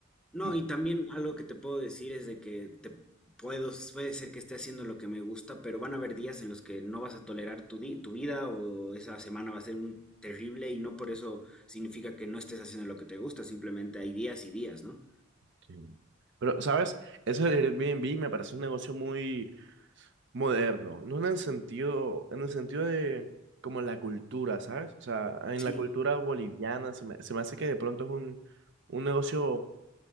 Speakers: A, in the centre; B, on the right (about 60°).
A: No,
B: Ma-
A: y también algo que te puedo decir es de que te puedo, puede ser que esté haciendo lo que me gusta, pero van a haber días en los que no vas a tolerar tu, di- tu vida o esa semana va a ser un terrible y no por eso significa que no estés haciendo lo que te gusta, simplemente hay días y días, ¿no?
B: sí. Pero, ¿sabes? Eso del Airbnb me parece un negocio muy moderno, no en el sentido, en el sentido de como la cultura, ¿sabes? O sea, en la
A: Sí,
B: cultura boliviana se me, se me hace que de pronto es un, un negocio